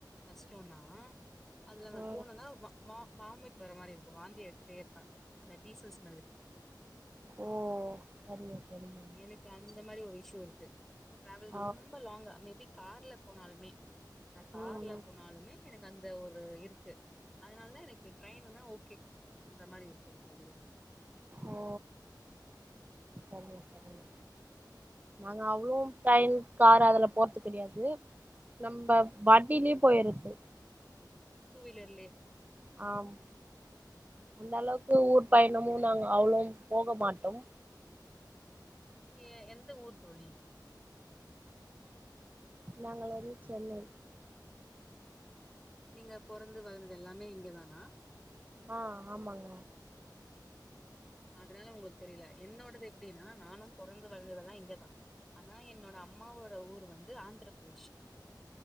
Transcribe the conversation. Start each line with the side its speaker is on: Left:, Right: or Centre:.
Centre: கஷ்டோனா அதுல வ
Right: ம்
Centre: போனுன்னா வ வா வாமிட் வர மாரி இருக்க வாந்தி எடுதுட்டே இருப்பே அந்த டீசல் ஸ்மெல்லுக்கு
Right: ஓ சரிங்க சரிங்க
Centre: எனக்கு அந்த மாரி ஒரு இஷ்யூ இருக்கு ட்ராவல்
Right: ஆ
Centre: ரொம்ப லாங்கா மே பி கார்ல போனாலுமே நா கார்ல
Right: ம் ம்
Centre: போனாலுமே எனக்கு அந்த ஒரு இருக்கு அதனால தா எனக்கு ட்ரைனுனா ஓகே இந்த மாரி இருக்கும் தோழி
Right: ஓ சரிங்க சரிங்க நாங்க அவ்ளோம் ட்ரைன் கார் அதல போற்த்து கெடையாது நம்ப வண்டிலியே போயிரது
Centre: டூ வீலர்லே
Right: ஆம் அந்த அளவுகு ஊர் பயணமு நாங்க அவ்ளோம் போகமாட்டோம்
Centre: நீங்க எ எந்த ஊர் தோழி
Right: நாங்கள் வந்து சென்னை
Centre: நீங்க பொறந்து வளந்தது எல்லாமே இங்கதானா
Right: ஆ ஆமாங்
Centre: அதனால உங்களுக்கு தெரில என்னோடது எப்டின்னா நானு பொறந்து வளந்ததெல்லா இங்கதா ஆனா என்னோட அம்மாவோட ஊரு வந்து ஆந்திர பிரதேஷ்